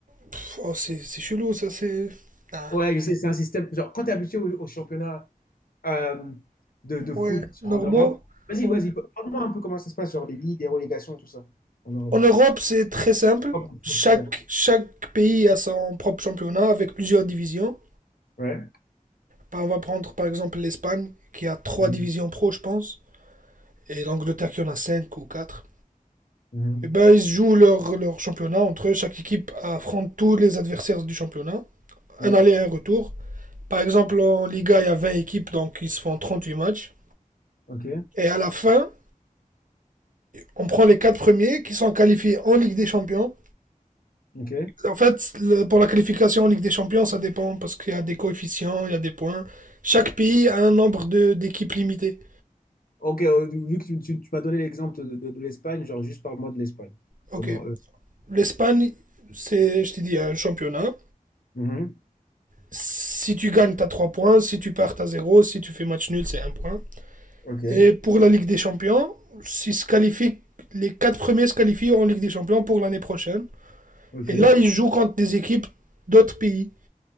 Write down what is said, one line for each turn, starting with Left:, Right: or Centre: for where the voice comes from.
Right: Pff, oh, c'est c'est chelou, ça, c'est. Ah.
Left: Ouais, je sais, c'est un système. Genre, quand tu es habitué au, au championnat euh, de, de foot
Right: Ouais, normaux.
Left: en Europe, vas-y,
Right: Ouais.
Left: vas-y, parle-moi un peu comment ça se passe, genre les ligues, les relégations, tout ça. En Europe.
Right: En Europe, c'est très simple.
Left: Hop, en
Right: Chaque,
Left: France, Ouais.
Right: chaque pays a son propre championnat avec plusieurs divisions.
Left: Ouais.
Right: Bah, on va prendre par exemple l'Espagne, qui a trois
Left: Mhm.
Right: divisions pro, je pense, et l'Angleterre qui en a cinq ou quatre.
Left: Mhm.
Right: Et ben, ils jouent leur, leur championnat entre eux. Chaque équipe affronte tous les adversaires du championnat.
Left: Ouais.
Right: Un aller et un retour. Par exemple, en Liga, il y a 20 équipes, donc ils se font huit matchs.
Left: Ok.
Right: Et à la fin, on prend les quatre premiers qui sont qualifiés en Ligue des Champions.
Left: Ok.
Right: En fait, le- pour la qualification en Ligue des Champions, ça dépend parce qu'il y a des coefficients, il y a des points. Chaque pays a un nombre de- d'équipes limité.
Left: Ok, euh, vu que tu, tu- tu m'as donné l'exemple de, de- de l'Espagne, genre juste parle-moi de l'Espagne.
Right: Ok.
Left: Comment
Right: L'Espagne, c'est, je te dis, un championnat.
Left: Mhm.
Right: Si tu gagnes, t'as 3 points. Si tu perds, t'as zéro, Si tu fais match nul, c'est un point.
Left: Ok,
Right: Et pour la Ligue des Champions, si se qualifient, les 4 premiers se qualifient en Ligue des Champions pour l'année prochaine.
Left: ok.
Right: Et là, ils jouent contre des équipes d'autres pays,